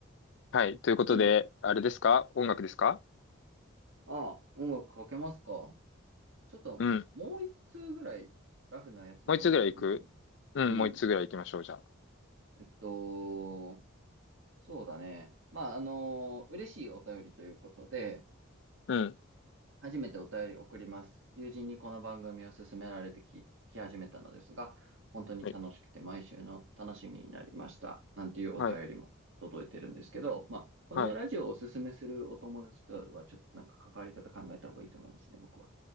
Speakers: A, on the left (about 60°); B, on the right (about 70°).
A: う。はい。ということで、
B: いいや。
A: あれですか音楽ですか
B: うんああ、音楽かけますかちょっと、
A: うん。
B: もう一通ぐらいラフなやつ読んでいい
A: もう一つぐらい行くうん、
B: うん。
A: もう一つぐらい行きましょう、じゃあ。
B: えっと、そうだね。まあ、あの、嬉しいお便りということで、
A: うん。
B: 初めてお便り送ります。友人にこの番組を勧められて聞き始めたのですが、本当に楽しくて毎週の楽しみになりました。
A: はい。
B: なんていうお便りも届いてるんですけど、
A: はい。
B: まあ、このラジオをおすすめするお友達とはちょっとなんか関わり方考えた方がいいと思いますね、
A: はい。
B: 僕は。